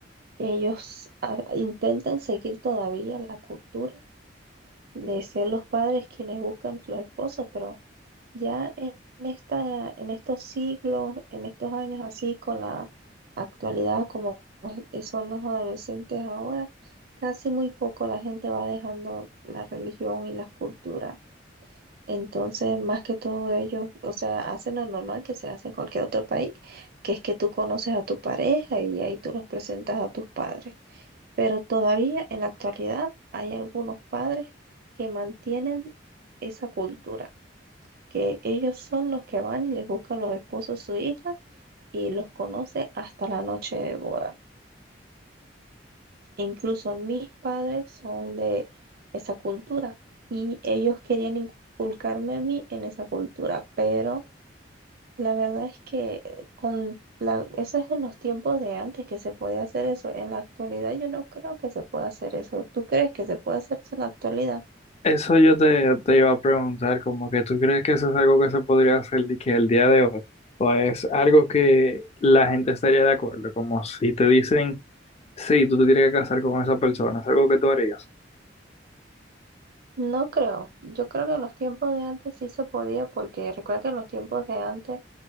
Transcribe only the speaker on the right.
Ellos ah, intentan seguir todavía la cultura de ser los padres quienes buscan los esposos, pero ya en esta, en estos siglos, en estos años así, con la actualidad como eh, son los adolescentes ahora, casi muy poco la gente va dejando la religión y las culturas. Entonces, más que todo ellos, o sea, hacen lo normal que se hace en cualquier otro país, que es que tú conoces a tu pareja y ahí tú los presentas a tus padres. Pero todavía en la actualidad hay algunos padres que mantienen esa cultura, que ellos son los que van y les buscan los esposos a su hija y los conoce hasta la noche de boda. Incluso mis padres son de esa cultura y ellos querían inculcarme a mí en esa cultura, pero la verdad es que eh, con la, eso es en los tiempos de antes que se podía hacer eso. En la actualidad yo no creo que se pueda hacer eso. ¿Tú crees que se puede hacer eso en la actualidad?
No creo. Yo creo que en los tiempos de antes sí se podía porque recuerda que en los tiempos de antes